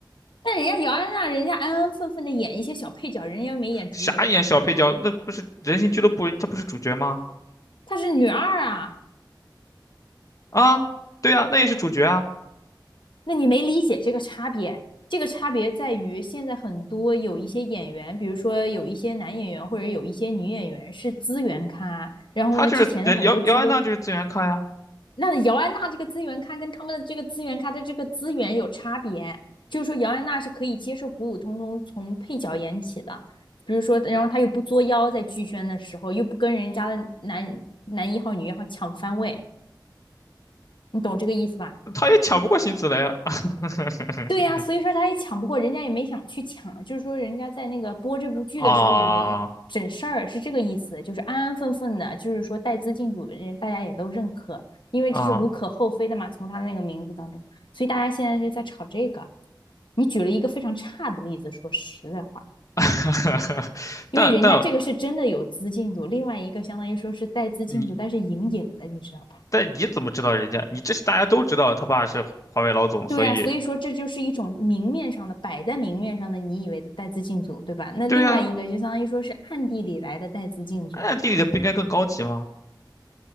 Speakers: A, on the left; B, on the left.
A: 但人家姚安娜，人家安安分分的演一些小配角，人家又没演主演，
B: 啥演小配角？那不是人形俱乐部，她不是主角吗？
A: 她是女二啊。
B: 啊，对啊，那也是主角啊，
A: 那你没理解这个差别？这个差别在于现在很多有一些演员，比如说有一些男演员或者有一些女演员是资源咖，然后呢，
B: 他就是人姚姚安娜就是资源咖呀，
A: 之前的很多剧都是那姚安娜这个资源咖跟他们的这个资源咖的这个资源有差别，就是说姚安娜是可以接受普普通通从配角演起的，比如说，然后她又不作妖，在剧宣的时候又不跟人家的男男一号、女一号抢番位，你懂这个意思吧？
B: 他也抢不过辛芷蕾啊。<laughs>
A: 对呀，所以说他也抢不过，人家也没想去抢，就是说人家在那个播这部剧的时候也没整事儿，
B: 啊
A: 是这个意思，就是安安分分的，就是说带资进组的人大家也都认可，因为这是无可厚非的嘛，
B: 啊，
A: 从他的那个名字当中，所以大家现在是在炒这个。你举了一个非常差的例子，说实在话，
B: <laughs>
A: 因为人家这个是真的有资进组，
B: 但但
A: 另外一个相当于说是带资进组，
B: 你
A: 但是隐隐的，你知道吧？
B: 但你怎么知道人家？你这是大家都知道他爸是华为老总，所以
A: 对呀，所以说这就是一种明面上的，摆在明面上的，你以为的带资进组，对吧？那另外一个就相当于说是暗地里来的带资进组，
B: 对呀、那地理的不应该更高级吗？